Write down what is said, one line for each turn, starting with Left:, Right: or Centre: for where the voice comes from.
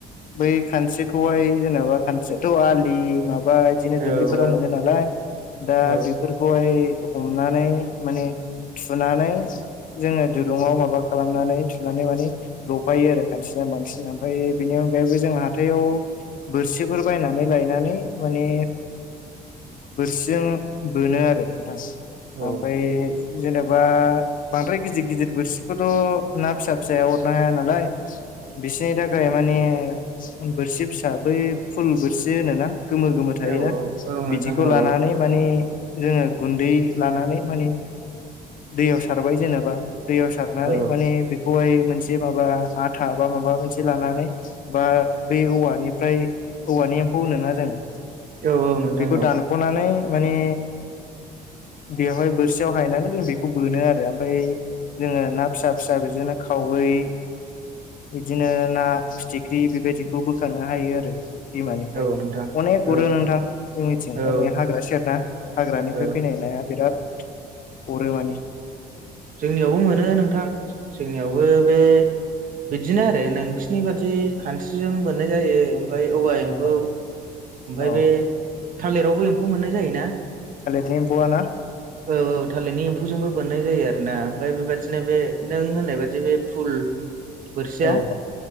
Left: बै खानस्रिखौहाय जेनेबा खानस्रियाथ' आलि माबा बा इदिनो
Right: औ
Left: दुब्लिफोराव
Right: औ
Left: मोनो नालाय दा
Right: औ
Left: बेफोर खौहाय हमनानै माने थुनानै जोंङो दुरुंङाव माबा खालामनानै सुनानै माने लफायो आरो खानस्रिजों बांसिन ओमफ्राय बेनि अनगायैबो जों हाथायाव बोरसिफोर बायनानै लायनानै माने बोरसिजों बोनो आरो नोंथां।
Right: औ
Left: ओमफाय जेनेबा बांद्राय गिदिर गिदिर बोरसिखौथ' ना फिसा फिसाया अरनो हाया नालाय बिसोरनि था खाय माने बोरसि फिसा बै फुल बोरसि होनो ना? गोमो गोमो थायोना
Right: औ औ औ नोंथां
Left: बिदिखौ
Right: औ
Left: लानानै माने जोङो गुन्दै लानानै माने दैयाव सारबाय जेनेबा दैयाव सारनानै
Right: औ
Left: माने बे खौहाय मोनसे माबा आथा बा माबा मोनसे लानानै बा बै औवानिफ्राय औवानि एम्फौ होनोना जोङो?
Right: औ औ नोंथां
Left: बेखौ
Right: औ
Left: दानख'नानै माने बेवहाय बोरसियाव हायनानै जों बेखौ बोनो आरो ओमफाय जोङो ना फिसा फिसा बिदिनो खावै बिदिनो ना फिथिख्रि बेबायदिखौ बोखांनो हायो आरो दैमानिफ्राय।
Right: औ नोंथां
Left: अनेक
Right: औ
Left: अरो नोंथां जोंनिथिं
Right: औ
Left: ओरै हाग्रा सेरना। हाग्रानिफाय
Right: औ
Left: फैनाय नाया बिराद अरो माने।
Right: जोंनियावबो मोनो नोंथां। जोंनियावबो बे बिदिनो आरो नोंसिनि बादि खान्स्रिजों बोननाय जायो ओमफाय औवा
Left: औ
Right: एम्फौ ओमफाय
Left: औ
Right: बे
Left: औ
Right: थालिरावबो एम्फौ मोननाय जायो ना?
Left: थालिदनि एम्फौआ ना?
Right: औ औ थालिरनि एम्फौजोंबो बोननाय जायो आरो ना ओमफाय बेबादिनो बे नों होननाय बादि बे फुल बोरसिया
Left: औ